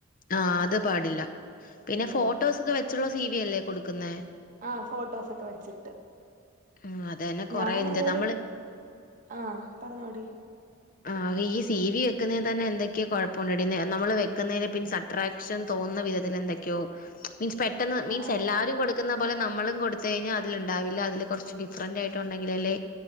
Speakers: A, on the left; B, on the right.
A: ആഹ് അത്
B: അങ്ങനെ
A: പാടില്ല പിന്നെ
B: ഉം
A: ഫോട്ടോസ് ഒക്കെ വെച്ചുള്ള സി വി അല്ലേ കൊടുക്കുന്നേ
B: ആഹ് ഫോട്ടോസൊക്കെ വെച്ചിട്ട്
A: ആഹ് അതന്നെ കൊറെ
B: ഞാൻ
A: എന്ത്
B: ഏതൊരു
A: നമ്മള്
B: ആഹ് പറഞ്ഞോടി
A: ആ ഈ സി വി വെക്കുന്ന തന്നെ എന്തൊക്കെയാ കുഴപ്പമുണ്ടടി നമ്മള് വെക്കുന്നതി പി അട്രാക്ഷൻ തോന്നുന്ന വിധത്തിൽ എന്തൊക്കെയോ മീൻസ് പെട്ടെന്ന് മീൻസ്
B: ആഹ്
A: എല്ലാരും കൊ കൊടുുന്ന പോലെ നമ്മളും കൊടുത്ത കഴിഞ്ഞാൽ അതിലണ്ടാവില്ല അതില് കുറച്ച് ഡിഫറന്റ് ആയിട്ട്ണ്ടെങ്കിൽ അള്ള